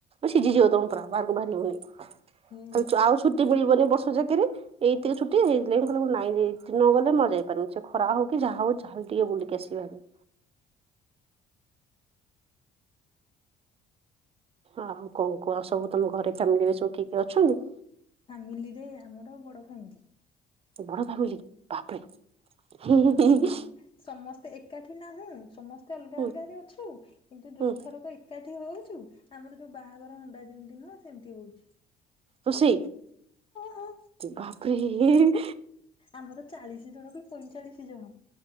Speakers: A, on the right (about 35°); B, on the left (about 30°).
A: ସିଝିଯିବ ତମେ ପୁରା ବାହାରକୁ ବାହାରି ହୋଉନି
B: ହୁଁ।
A: ଆଉ। ଛୁଟି ମିଳିବନି ବର୍ଷ ଜାଙ୍କରେ। ଏଇତିକିରେ ଛୁଟି ହେଇଥି ଲାଗି କଁ ନାଇଁ ହେଥିତିଲାଗୀ ଯାଇପାରିବିନି ସେ ଖରା ହୋଉ କି ଯାହା ହୋଉାହାେ ଟିକେ ବୁିକି ଆସିିଭାର। ଆଉ କଣ କୁହ ଆଉ ସବୁ ତମ ଘରେ ଫ୍ୟାମିଲିରେ ସବୁ କିଏ କିଏ ଅଛନ୍ତି?
B: ଫାମିଲିରେ ଆମର ବଡ ଫାମିଲି।
A: ବଡ ଫାମିଲି ବାପରେ।
B: ହୁଁ ଆମର ସମସ୍ତେ ଏକାଠି ନାହୁଁ ସମସ୍ତେ ଅଲଗା
A: ହୁଁ
B: ଅଲଗାରେ ଅଛୁ କିନ୍ତୁ
A: ହୁଁ
B: ଯୋଉ ଥରକ ଏକାଠି ହୋଉଚୁ ଆମର ଯୋଉ ବାହାଘର ହଣ୍ଡା ଯେମିତି ନୁହଁ ସେମିତି ହୋଉଚି।
A: ଖୁସି
B: ହଁ
A: ବାପରେ
B: ଆମର ଚାଳିଶି ଜଣ କି ପଇଁଚାଳିଶି ଜଣ।